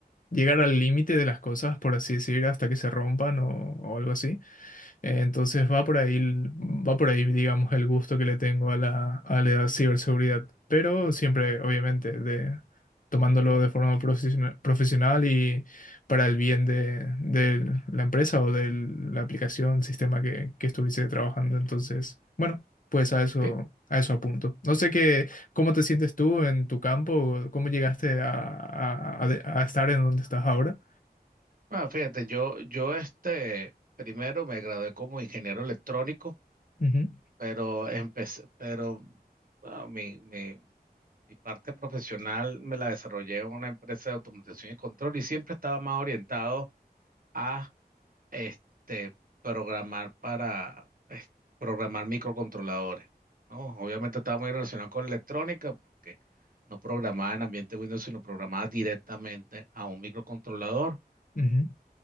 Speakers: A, on the left (about 55°); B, on the right (about 60°).
A: llegar al límite de las cosas, por así decir, hasta que se rompan o, o algo así. Eh, Entonces va por ahí, el- va por ahí, digamos, el gusto que le tengo a la, a la ciberseguridad. Pero siempre, obviamente, de, tomándolo de forma profesiona- profesional y para el bien de, de la empresa o de la aplicación, sistema que, que estuviese trabajando. Entonces, bueno, pues a eso,
B: Sí.
A: a eso apunto. No sé qué, cómo te sientes tú en tu campo, cómo llegaste a, a- a de- a estar en donde estás ahora.
B: Ah, fíjate, yo, yo este, primero me gradué como ingeniero electrónico,
A: Ujú,
B: pero empecé, pero bueno, mi, mi, mi parte profesional me la desarrollé en una empresa de automatización y control y siempre estaba más orientado a este, programar para es- programar microcontroladores, ¿no? Obviamente estaba muy relacionado con la electrónica porque no programaba en ambiente Windows, sino programaba directamente a un microcontrolador.
A: ujú,